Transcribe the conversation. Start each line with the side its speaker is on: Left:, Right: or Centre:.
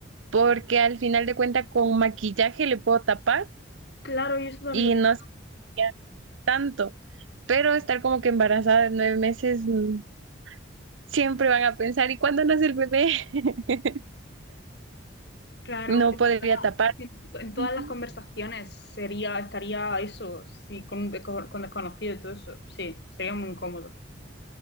Right: porque al final de cuentas con maquillaje le puedo tapar
Left: Claro, yo eso también
Right: y
Left: lo pensé.
Right: no se vería tanto, pero estar como que embarazada de nueve meses mm, siempre van a pensar, ¿y cuándo nace el bebé? <laughs>
Left: Claro,
Right: No
Left: es
Right: podría tapar.
Left: que en en todas
Right: Ujú.
Left: las conversaciones sería, estaría eso, sí, con, un deco- con desconocido y todo eso. Sí, sería muy incómodo.